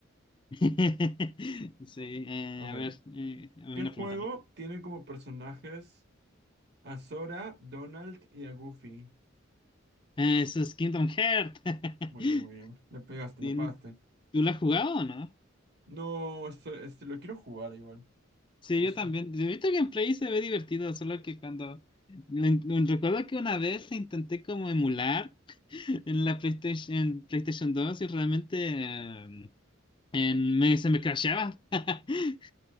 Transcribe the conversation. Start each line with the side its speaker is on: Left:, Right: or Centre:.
Left: <laughs> Sí, eh,
Right: A ver,
Left: a ver, eh, a ver,
Right: ¿qué
Left: una
Right: juego
Left: pregunta a mí.
Right: tiene como personajes a Sora, Donald y a Goofy?
Left: Eh, eso es Kingdom Hearts. <laughs>
Right: Muy bien, muy bien. Le pegaste,
Left: ¿Tien-
Right: le pagaste.
Left: ¿Tú la has jugado o no?
Right: No, este, este lo quiero jugar igual.
Left: Sí,
Right: ¿Cómo
Left: yo
Right: son?
Left: también. Yo He visto gameplay y se ve divertido, solo que cuando... lo in- lo- Recuerdo que una vez intenté como emular <laughs> en la PlayStation, en PlayStation dos y realmente eh, en- me- se me crasheaba. <laughs>